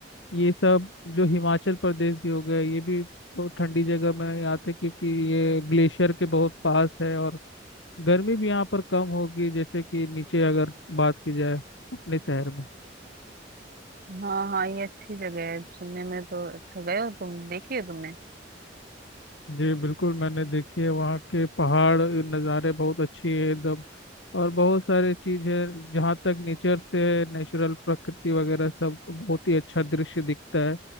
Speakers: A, on the left (about 80°); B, on the right (about 55°).
A: ये सब जो हिमाचल प्रदेश भी हो गए ये भी बहुत ठंडी जगह में आते हैं, क्योंकि ये ग्लेशियर के बहुत पास है और गर्मी भी यहाँ पर कम होगी जैसे कि नीचे अगर बात की जाए अपने शहर में
B: हाँ हाँ ये अच्छी जगह है सुनने में तो अच्छा गए हो तुम देखी हो तुमने
A: जी बिल्कुल मैंने देखी है वहाँ के पहाड़ नज़ारे बहुत अच्छी है एकदम और बहुत सारी चीज़ है जहाँ तक नेचर से नेचुरल प्रकृति वगैरह सब बहुत ही अच्छा दृश्य दिखता है